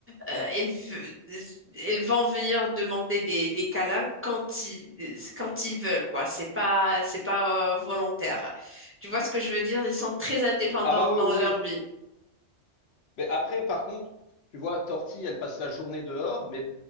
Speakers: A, on the right; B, on the left.
A: euh, elles, ve- elles vont venir demander des, des câlins quand ils, quand ils veulent, quoi. C'est pas, c'est pas euh, volontaire. Tu vois ce que je veux dire? Ils sont très indépendants
B: Ah bah oui
A: dans
B: oui
A: leur
B: oui.
A: vie.
B: Mais après, par contre, tu vois, Tortille, elle passe la journée dehors, mais